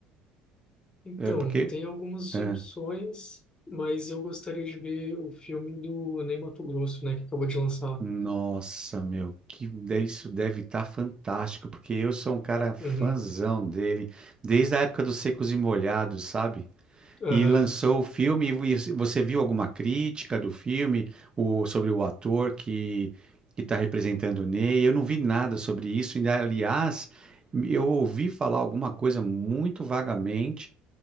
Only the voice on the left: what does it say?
Então,
tem algumas
opções, mas eu gostaria de ver o filme do Ney Matogrosso, né? Que acabou de lançar.
Uhum,
aham,